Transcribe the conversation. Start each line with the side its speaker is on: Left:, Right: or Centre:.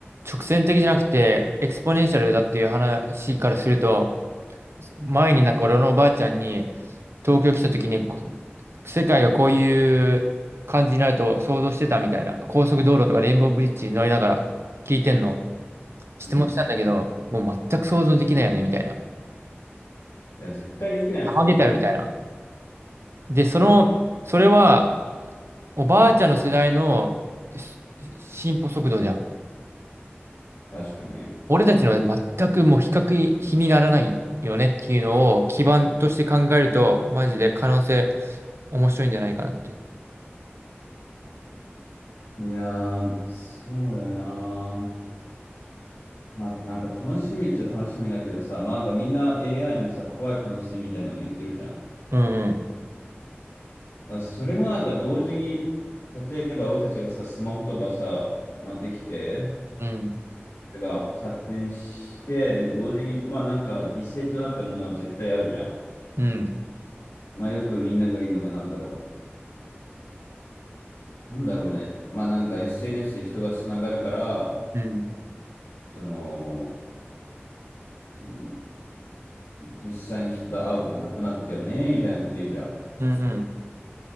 Right: 直線的じゃなくてエクスポネンシャルだっていう話からすると、前になんか俺のおばあちゃんに東京来た時にこ世界がこういう感じになると想像してたみたいな、高速道路とかレインボーブリッジ乗りながら聞いてんの質問したんだけど、
Left: うん。
Right: もう全く想像できないよねみたいな。
Left: いや、絶対できないでしょ、
Right: あげたよみたいな。
Left: そんなの。
Right: で、その、それはおばあちゃんの世代のし進歩速度じゃん。
Left: 確かにね。
Right: 俺たちの全くもう比較に比にならないよねっていうのを基盤として考えると、マジで可能性面白いんじゃないかなっていう。
Left: いやー、そうだよなまあ、なんか楽しみっちゃ楽しみだけどさ、まあなんかみんな AI のさ、怖い可能性みたいなのを言ってるじゃん。だか
Right: うんうん。
Left: らそれもなんか同時に、例えば俺たちがさ、スマホとかさ、まあできて、
Right: うん、
Left: が発展して、で、同時に、まあなんか犠牲となったものは絶対あるじゃん。
Right: うん、
Left: まあよくみんなが言うのがなんだろう。なんだろうね。まあなんか SNS で人がつながるから、
Right: うん、
Left: その、うん、実際に人と会うことなくなったよね、みたいなこと言うじゃん。
Right: うんうん。